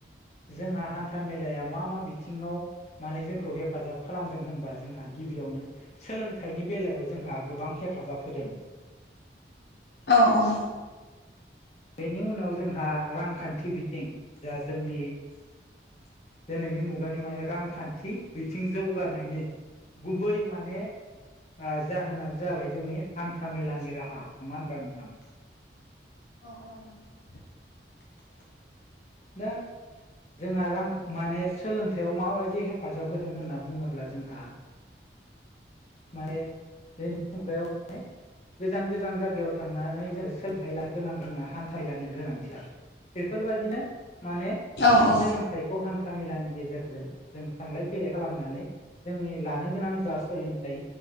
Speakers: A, on the left (about 40°); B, on the left (about 70°).
A: जोंहा हान्था मेलाया मा मा बिथिङाव माने जोंखौ हेफाजाब खालामदों होनबा जोंहा गिबियावनो सोलोंथाइनि बेलायाव जोंहा गोबां हेफाजाब होदों।
B: अ अ।
A: बेनि उनाव जोंहा रांखान्थि बिथिं जा जोंनि दिनैनि मुगानि माने रांखान्थि बिथिं जौगानायनि गुबै माने ओ जाहोना जाबाय जोंनि हान्था मेलानि राहा। नङा होनब्ला नोंथां?
B: अ अ नंगौ।
A: दा जोंहा रां माने सोलोंथाइयाव माबायदि हेफाजाब होदों होनना बुङोब्ला जोंहा
B: <inaudible>
A: माने बे मुगायावहाय गोजान गोजान जायगायाव थांनानै जोङो सोलोंथाइ लानो गोनां जोङो हान्थालानि गोनांथि आरो। बेफोरबायदिनो माने
B: औ नंगौ औ उम औ औ
A: सोलोंथाइ खौ हान्था मेलानि गेजेरजों जों थांलाय फैलाय खालामनानै जोंनि लानो गोनां जा सोलोंथाइ